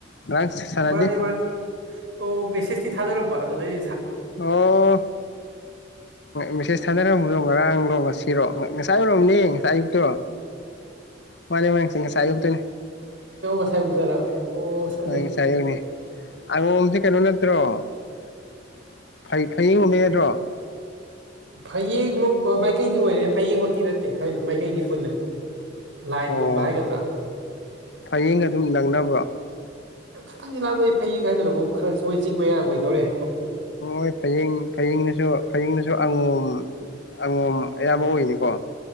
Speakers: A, on the left (about 65°); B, on the right (about 85°).
A: ꯉꯔꯥꯡ ꯁꯥꯟꯅꯗꯦ
B: ꯃꯥꯅꯤ ꯃꯥꯅꯤ ꯑꯣ ꯦꯁꯦꯁꯇꯤ ꯊꯗꯔꯣꯕꯥ ꯑꯗꯨꯗꯩ
A: ꯑꯣ ꯃꯦꯁꯦꯁ ꯊ ꯔꯕꯨꯗꯝ ꯃꯔ ꯑ ꯂꯣ ꯋꯥꯁꯤꯔꯣ ꯉꯁꯥꯏꯔꯣꯝꯅꯤ ꯉꯥꯏꯨꯕꯛꯇꯣ ꯃꯥꯅꯦ ꯃꯥꯅꯦꯁꯪ ꯉꯁꯥꯏ ꯌꯣꯛꯛꯇꯣꯏꯅꯦ
B: ꯉꯁꯥꯏ ꯎꯗꯔ ꯑꯣ ꯑꯩ
A: ꯍꯡ ꯉꯁꯥꯏꯌꯨꯅꯤ ꯑꯉꯣꯝꯁꯦ ꯀꯩꯅꯣꯅ ꯅꯠꯇ꯭ꯔꯣꯩ ꯐꯌꯦꯡ ꯎꯨꯝꯃꯦꯗ꯭ꯔꯣ
B: ꯐꯌꯦꯡ ꯂꯣ ꯃꯥꯏꯀꯩꯗꯤ ꯑꯣꯏꯔꯦ ꯐꯌꯦꯡꯃꯛꯇꯤ ꯅꯠꯇꯦ ꯃꯥꯏꯀꯩꯗꯤ ꯄꯨꯜꯂꯦ ꯂꯥꯏꯟ
A: ꯑꯣ
B: ꯄꯨꯟꯕ ꯍꯥꯏꯒꯗ꯭ꯔꯥ
A: ꯐꯌꯦꯡ ꯑꯗꯨꯝ ꯅꯪꯅꯕ
B: ꯈꯤꯇꯪꯗꯤ ꯂꯥꯥꯟꯗꯩ ꯐꯩꯒꯥꯏꯗꯅꯛ ꯈꯔꯁꯨ ꯃꯣꯏ ꯆꯤꯡꯕ ꯌꯥꯕꯣꯏꯗꯧꯔꯦ
A: ꯣꯏ ꯐꯌꯦꯡ ꯐꯌꯦꯡꯅꯁꯨ ꯐꯌꯦꯡꯅꯁꯨ ꯑꯉꯣꯝ ꯑꯪꯉꯣꯝ ꯑꯌꯥꯝꯕ ꯑꯣꯏꯅꯤꯀꯣ